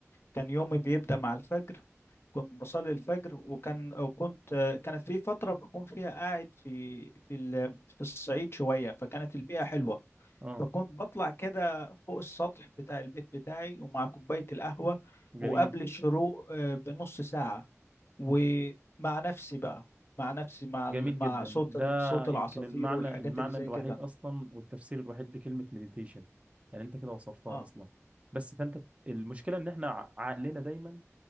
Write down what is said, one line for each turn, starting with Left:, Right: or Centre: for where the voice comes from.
Left: كان يومي بيبدأ مع الفجر كنت بصلي الفجر وكان وكنت كانت في فترة بكون فيها قاعد في في ال- في الصعيد شوية فكانت البيئة حلوة
Right: اه
Left: فكنت بطلع كده فوق السطح بتاع البيت بتاعي ومع كوباية القهوة
Right: جميل
Left: وقبل الشروق آه، بنص ساعة ومع نفسي بقى مع نفسي مع
Right: جميل
Left: ال- مع
Right: جدا
Left: صوت
Right: ده
Left: ال- صوت
Right: يمكن
Left: العصافير
Right: المعنى
Left: والحاجات
Right: المعنى
Left: اللي زي
Right: الوحيد
Left: كده
Right: اصلا والتفسير الوحيد لكلمه مديتيشن يعني انت كده وصفتها
Left: اه
Right: اصلا بس فانت المشكله ان احنا ع- عقلنا دايما